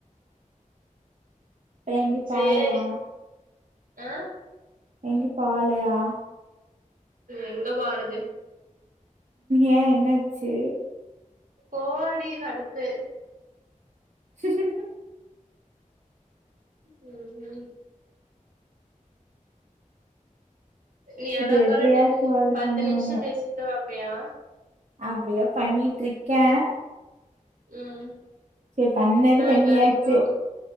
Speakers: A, on the right; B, on the right.
A: ப்பலா எங்யு பாளயா
B: சேரி ஆ
A: எங்யு போவ்லயா ஆ
B: எங்க போருது
A: ஏ என்னாச்சி
B: போடி கடுப்பு
A: <inaudible>
B: ம் ம் நீ எல்லா
A: இப்ப எப்டியாச்சு
B: காலு டென்
A: சால்வ்
B: பத்து
A: பண்ணுவாங்க
B: நிம்ஷ பேசிப்பல இப்பயா
A: அப்டிதா பண்ணிட்டு இருக்கேன்
B: ம்
A: சரி பண்ணது
B: நா
A: பண்ணியாச்சு
B: இது வரைக்கு